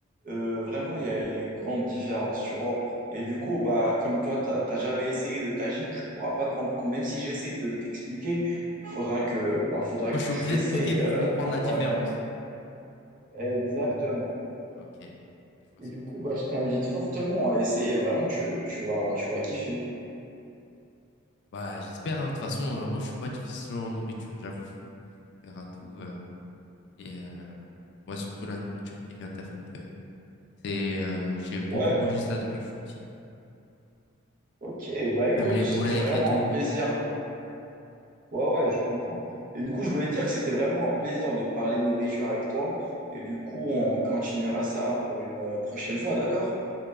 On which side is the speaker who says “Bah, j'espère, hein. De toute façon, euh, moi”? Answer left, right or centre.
Left